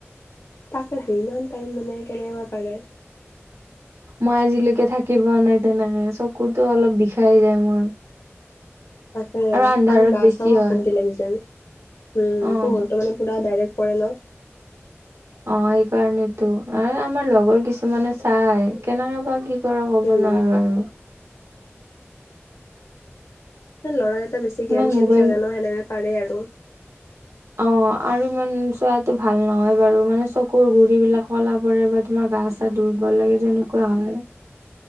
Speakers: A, on the left; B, on the right.
A: তাকে ইমান টাইম মানে কেনেকে বা পাৰে?
B: মই আজিলৈকে থাকি পোৱা নাই তেনেকে, চক- কুটো অলপ বিষাই যায় মোৰ।
A: তাকে
B: আন্ধাৰত
A: আৰু গা
B: বেছি
A: চাও
B: হয়
A: অশান্তি লাগি যায়, উম
B: অ
A: পোহৰতটো মানে পুৰা ডাইৰেক্ট পৰে ন।
B: অ সেইকাৰণেতো অ আমাৰ লগৰ কিছুমানে চাই কেনেকে বা কি কৰ ক'ব
A: উম
B: নোৱাৰো আৰু।
A: ল'ৰা কেইটা বেছি
B: ইমান
A: গেম খেলি
B: মোবাইল
A: থাকে ন সেনেকে পাৰে আৰু।
B: অ। আৰু ইমান চোৱাটো ভাল নহয় বাৰু মানে চকুৰ গুৰি বিলাক কলা পৰে বা তোমাৰ গাছ- দুৰ্বল লাগে যে এনুকা হয়।